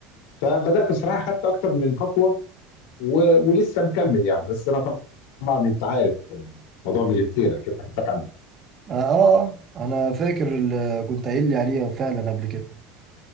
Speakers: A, on the left; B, on the right.
A: فبدات بصراحه خدت اكتر من خطوه و- ولسه مكمل يعني بس انا طبعا انت عارف موضوع الماجستير اكيد حكيت لك عن
B: اه آه، آه، انا فاكر اللي كنت قايل لي عليها فعلا قبل كده